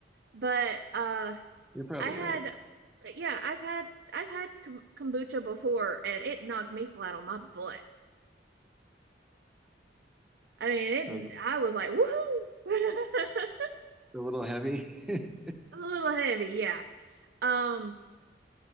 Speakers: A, on the right; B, in the centre.
A: But uh
B: You're probably
A: I had,
B: right.
A: yeah, I've had I've had kombucha before, and it knocked me flat on my butt. I mean,
B: <laughs> They're
A: it. I was like, woohoo! <laughs>
B: a little heavy. <laughs>
A: A little heavy, yeah. Um,